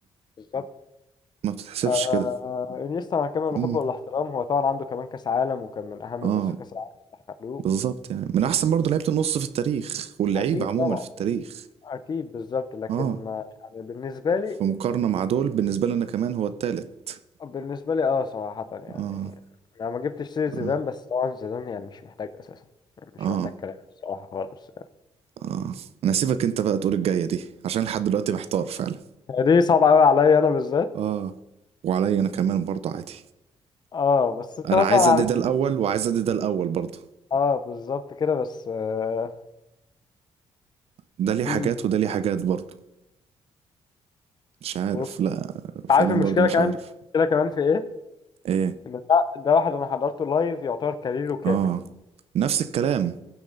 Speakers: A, on the left (about 40°); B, on the right (about 70°).
A: بالظبط
B: ما بتتحسبش
A: آه
B: كده
A: انيستا مع كامل الحب
B: عموما
A: والاحترام هو طبعا عنده كمان كاس عالم وكان من اهم
B: اه
A: الناس في كاس العالم اللي حققوه
B: بالظبط يعني من احسن برضه لعيبه النص في التاريخ واللعيبه
A: اكيد
B: عموما
A: طبعا
B: في التاريخ
A: اكيد بالظبط لكن
B: اه
A: ما يعني بالنسبه لي
B: في مقارنه مع دول بالنسبه لنا كمان هو التالت
A: بالنسبه لي اه صراحه يعني
B: اه
A: انا ما جبتش سير زيدان
B: اه
A: بس طبعا زيدان يعني مش محتاج اساسا يعني مش
B: اه
A: محتاج كلام الصراحه خالص
B: اه انا هسيبك انت بقى تقول الجايه دي عشان لحد دلوقتي محتار فعلا
A: يعني دي صعبه قوي عليا انا بالذات
B: اه وعليا انا كمان برضه عادي
A: اه بس انت
B: انا
A: مثلا
B: عايز
A: علشان
B: ادي ده الاول وعايز ادي ده الاول برضه
A: اه بالظبط كده بس آه.
B: ده ليه حاجات
A: مم.
B: وده ليه حاجات برضه مش عارف
A: بص
B: لا فعليا
A: عارف المشكله
B: برضه مش
A: كمان
B: عارف
A: المشكله كمان في ايه
B: ايه
A: ان ده, ده واحد انا حضرته لايف يعتبر كاريره كامل
B: اه نفس الكلام